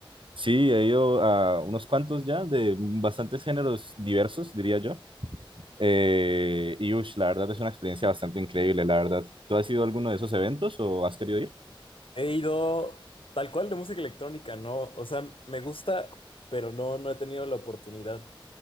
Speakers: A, on the right; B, on the left.
A: Sí, he ido a unos cuantos ya de bastantes géneros diversos, diría yo. Eh, y ush, la verdad es una experiencia bastante increíble, la verdad. ¿Tú has ido a alguno de esos eventos o has querido ir?
B: He ido tal cual de música electrónica, no. O sea, me gusta, pero no, no he tenido la oportunidad.